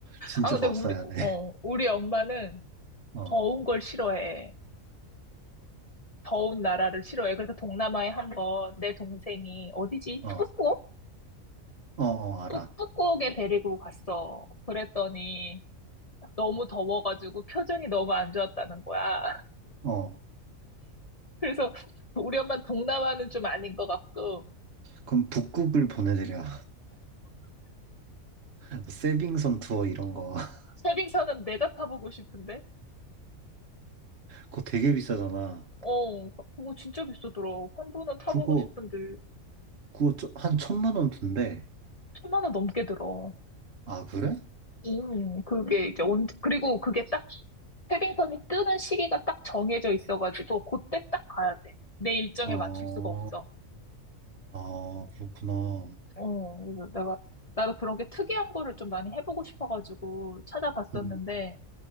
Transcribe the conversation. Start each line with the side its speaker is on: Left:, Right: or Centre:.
Right: 진짜
Left: 아, 근데
Right: 밥
Left: 우리,
Right: 사야 돼.
Left: 어, 우리 엄마는
Right: 어,
Left: 더운 걸 싫어해. 더운 나라를 싫어해. 그래서 동남아에 한번 내 동생이 어디지?
Right: 어,
Left: 북곡?
Right: 어, 어, 알아.
Left: 북- 북곡에 데리고 갔어. 그랬더니 너무 더워가지고 표정이 너무 안 좋았다는 거야. <laughs>
Right: 어.
Left: 그래서 우리 엄마 동남아는 좀 아닌 것 같고
Right: 그럼 북극을 보내드려. <laughs> 세빙선 투어 이런 거. <laughs>
Left: 세빙선은 내가 타보고 싶은데
Right: 그거 되게 비싸잖아.
Left: 어 거- 그거 진짜 비싸더라. 한 번은 타보고
Right: 그거,
Left: 싶은데
Right: 그거 저- 한 천만 원 든대.
Left: 천만 원 넘게 들어.
Right: 아, 그래?
Left: 음 그게 이제 언제 그리고 그게 딱 패딩턴이 뜨는 시기가 딱 정해져 있어가지고 그때 딱 가야 돼. 내 일정에
Right: 어,
Left: 맞출 수가 없어.
Right: 아, 그렇구나.
Left: 어, 그래서 내가 나도 그런 게 특이한 거를 좀 많이 해보고 싶어가지고 찾아봤었는데
Right: 음,